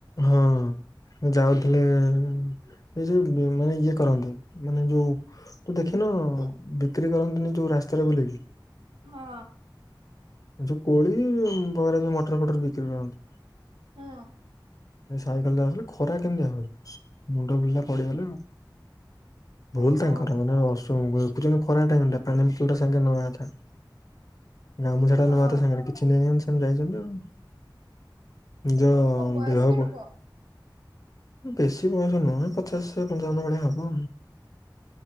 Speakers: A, on the left (about 45°); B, on the right (about 80°).
A: ହଁ ଯାଉଥିଲେ ଇଏ ଯୋ ମାନେ ଇଏ କରନ୍ତି ମାନେ ଯୋଉ ଦେଖିନ ବିକ୍ରି କରନ୍ତନି ଯୋଉ ରାସ୍ତାରେ ବୁଲେଇକି।
B: ହଁ।
A: ଯୋଉ କୋଳି ବରା ମଟର ପଟର ବିକ୍ରି କରନ୍ତି।
B: ହଁ।
A: ଏ ସାଇକେଲ ଟା ଆସଲେ ଖରା କେମିଦିଆ ହୋଉଛି। ମୁଣ୍ଡ ବୁଲିଲା ପଡିଗଲା ଆଉ। ଭୁଲ
B: ଓହୋ
A: ତାଙ୍କର ମାନେ ଦେଖୁଛନ୍ତି ଖରା ଟାଇମଟା ପାଣି ବତଲ ଟା ସାଙ୍ଗେରେ ନବା କଥା। <inaudible>
B: ହଁ।
A: ସାଙ୍ଗରେ କିଛି ନାଇ। ସେମ ଯାଇଛନ୍ତି ଆଉ। ନିଜ
B: ଓ କଣ ବୟସ୍କ
A: ଦେହକୁ।
B: ଲୋକ?
A: ବେଶି ବୟସ ନୁହଁ ପଚାଶ ପଞ୍ଚାବନ ଭଳିଆ ହବ।